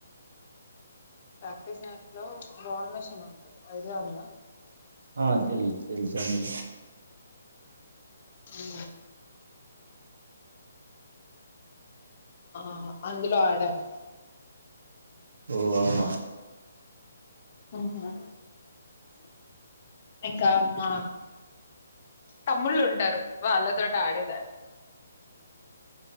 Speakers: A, on the left; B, on the right.
A: ప్రాక్టీస్ నేట్ లో బాల్ మెష్ ఐడియా ఉందా
B: ఆ తెలుసు తెలుసండి
A: హు ఆ అందులో ఆడాను
B: ఓ అవునా
A: ఆ ఇంకా మా తమ్ముళ్ళు ఉంటారు వాళ్ళతోటి ఆడేదాన్ని